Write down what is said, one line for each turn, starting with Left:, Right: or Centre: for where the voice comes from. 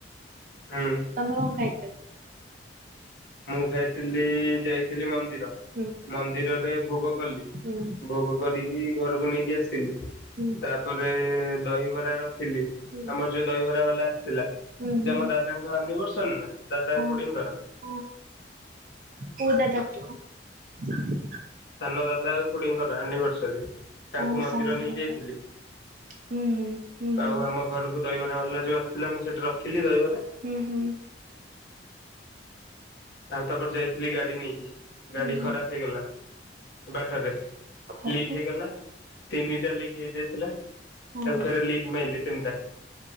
Left: ହୁଁ
Right: ତମେ କଣ ଖାଇଚ?
Left: ମୁଁ ଖାଇଥିଲି ଯାଇଥିଲି ମନ୍ଦିର
Right: ହୁଁ
Left: ମନ୍ଦିରରେ <unintelligible> ଗଲି
Right: ହୁଁ
Left: ଭୋଗ କରିକି ଘରକୁ ନେଇକି ଆସିଲି
Right: ହୁଁ
Left: ତାପରେ ଦହିବରାର ଥିଲି
Right: ହୁଁ
Left: ଆମର ଯୋଉ ଦହିବରା ବାଲା ଆସିଥିଲା ସେ
Right: ହୁଁ ହୁଁ
Left: ଆମ ଦାଦାଙ୍କ ଆନିବର୍ସରୀ ନା ଦାଦା
Right: ଓହୋ।
Left: ଖୁଡିଙ୍କର
Right: କୋଉ ଦାଦା ଖୁଡି
Left: ସାନ ଦାଦା ଆଉ ଖୁଡିଙ୍କର ଆନିଭର୍ସରୀ ତାଙ୍କୁ
Right: ଓ
Left: ମନ୍ଦିର
Right: ସାନ
Left: ନେଇକି
Right: ଦାଦା
Left: ଯାଇଥିଲି,
Right: ହୁଁ ହୁଁ ହୁଁ ହୁଁ
Left: ଆଉ ଆମ ଘରକୁ ଦହିବରା ବାଲା ଯୋଉ ଆସିଥିଲା ମୁଁ ସେଠି ରଖିଲି ଦହିବରା
Right: ହୁଁ ହୁଁ,
Left: ଆଉ ତାପରେ ଯାଇଥିଲି ଗାଡି ନେଇକି ଗାଡି
Right: ହୁଁ ହୁଁ।
Left: ଖରାପ ହେଇଗଲା, ବଟରେ
Right: ଘରେ
Left: ଲିକ ହେଇଗଲା ତିନିଟା ଲିକ ହେଇଯାଇଥିଲା,
Right: ହଁ
Left: ତାକୁ
Right: ହଁ
Left: ଫେରେ ଲିକ ମାଇଲି ତିନଟା